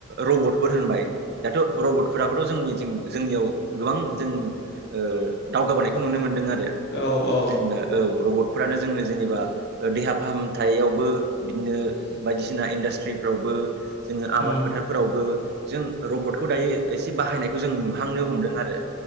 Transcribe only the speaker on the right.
रबटफोर होनबाय दाथ' रबटफोराबोथ' जोंनि जोंनि जोंनियाव गोबां जों ओ ओ दावगाबोनायखो नुनो मोनदों आरो। जे
जेनेबा औ रबटफोरानो जोंनो जेनेबा देहा फाहामथायावबो बिदिनो बायदिसिना इन्डास्ट्रिफ्रावबो जोङो आबाद
फोथारफोरावबो जों रबटखौ दायो एसे बाहायनायखौ जों नुहांनो हमदों आरो।